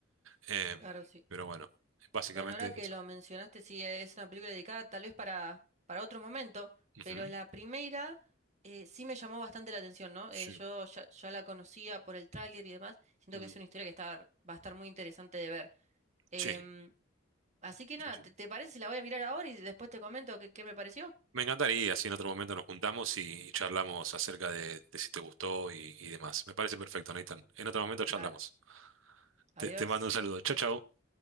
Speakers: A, on the right; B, on the right.
A: Em,
B: Claro, sí.
A: pero bueno, básicamente
B: Bueno, ahora que
A: eso.
B: lo mencionaste, sí, es una película dedicada tal vez para, para otro momento,
A: Ujú.
B: pero la primera eh, sí me llamó bastante la atención, ¿no?
A: Sí.
B: Eh, yo ya, ya la conocía por el tráiler y demás, siento
A: Mm,
B: que es una historia que está, va a estar muy interesante de ver. Em,
A: sí,
B: así que nada,
A: sí, sí.
B: ¿te, te parece si la voy a mirar ahora y después te comento qué, qué me pareció?
A: Me encantaría si en otro momento nos juntamos y charlamos acerca de, de si te gustó y, y demás. Me parece perfecto, Nathan. En otro momento charlamos.
B: Dale, adiós.
A: Te, te mando un saludo. Chao, chao.